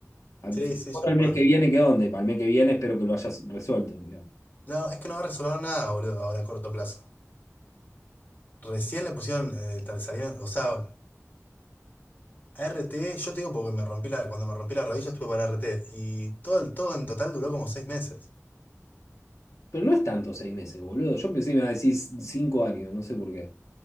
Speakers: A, on the left (about 75°); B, on the left (about 35°).
A: Al
B: Sí,
A: fin-
B: sí,
A: Bueno,
B: ya fue.
A: el mes que viene, ¿qué onda? Y para el mes que viene espero que lo hayas resuelto, digamos.
B: No, es que no va a resolver nada, boludo, ahora a corto plazo. Recién le pusieron, eh, tal- salieron, o sea, R T, yo te digo porque me rompí la, cuando me rompí la rodilla estuve para R T y todo, el- todo en total duró como seis meses.
A: Pero no es tanto seis meses, boludo. Yo pensé que me iba a decir cinco años, no sé por qué.